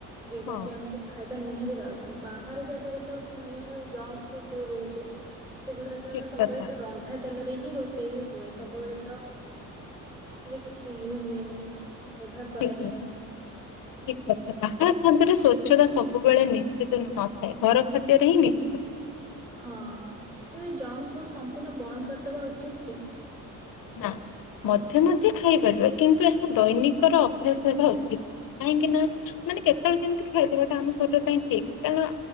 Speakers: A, on the right (about 20°); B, on the left (about 65°).
A: ଯୋଉଟା
B: ହଁ
A: କି ଆମକୁ ଖାଇବା ନିହାତି ଦରକାର। ବାହାର ଜାଗରେ ତ ମାନେ ଜଙ୍କ ଫୁଡ ଯୋଉ ରହୁଛି। ସେଗୁଡାକ
B: ଠିକ
A: ସବୁବେଳେ
B: କଥା
A: ତ ରନ୍ଧା ତେଲ ହ ରୋଷେଇ ହୁଏ ସବୁବେଳେ କିଛି ୟ ହୁଏନି। ବ୍ୟବହାର କରାଯାଏନି
B: ଠିକ କଥା
A: ସେଥିରେ
B: ଠିକ କଥା
A: ତ
B: ବାହାର ଖାନ୍ତରେ ସ୍ୱଚ୍ଛତା ସବୁ। ସବୁବେଳେ ନିଶ୍ଚିତ ନଥାଏ ଘର ଖାଦ୍ୟରେ ହିଁ ନିଶ୍ଚିତ ଥାଏ
A: ହଁ ତେବେ ଜଙ୍କଙ୍କ ଫୁଡ ସମ୍ପୂର୍ଣ୍ଣ ବନ୍ଦ କରିଦବା ଉଚିତ କି
B: ନା ମଧ୍ୟ ମଧ୍ୟ ଖାଇପାରିବା କିନ୍ତୁ ଏହା ଦୈନିକର ଅଭ୍ୟାସ ହେବା ଉଚିତ ନୁହେଁ କାହିଁକି ନା ମାନେ କେତେବେଳେ ଯେମିତି ଖାଇଦବାଟା ଆମ ଶରୀର ପାଇଁ ଠିକ କ